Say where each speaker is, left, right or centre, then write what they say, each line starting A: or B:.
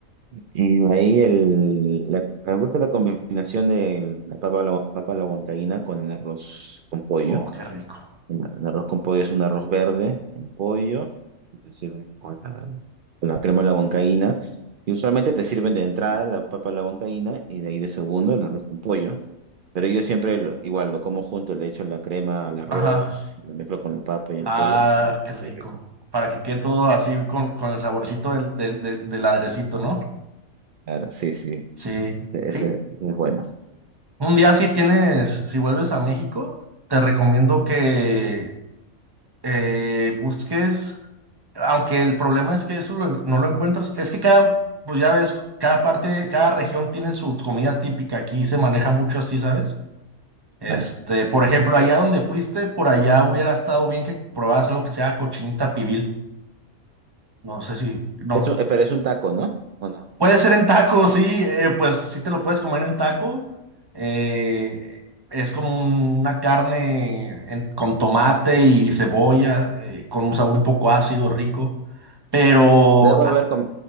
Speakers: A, on the right; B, on the right.
A: Y de ahí el, la- me gusta la combinación de la papa, a la, papa a la huancaína con el arroz con
B: <laughs>
A: pollo.
B: Oh, qué rico.
A: El el arroz con pollo es un arroz verde, el pollo, y te sirven con la, con la crema de la huancaína. Y usualmente te sirven de entrada la papa a la huancaína y de ahí de segundo el arroz con pollo. Pero yo siempre lo- igual lo como junto, le echo la crema al arroz,
B: Ajá.
A: y lo mezclo con la papa y el
B: Ah,
A: pollo y
B: qué rico.
A: muy rico.
B: Para que quede todo así con, con el saborcito del, del, del, del airecito, ¿no?
A: Claro, sí, sí, e-,
B: Sí.
A: ese,
B: Fi-
A: ese es bueno.
B: Un día si tienes, si vuelves a México, te recomiendo que eh, busques, aunque el problema es que eso lo en- no lo encuentras, es que cada, pues ya ves, cada parte, cada región tiene su comida típica, aquí se maneja mucho así, ¿sabes? Este,
A: Claro.
B: por ejemplo, allá donde fuiste, por allá hubiera estado bien que probaras algo que sea cochinita pibil. No sé si, no,
A: Es un- eh, pero es un taco, ¿no? ¿O no?
B: Puede ser en taco, sí, eh, pues sí te lo puedes comer en taco. eh, es como una carne en- con tomate y cebolla, eh, con un sabor un poco ácido, rico. Pero
A: Debo haber
B: a,
A: com-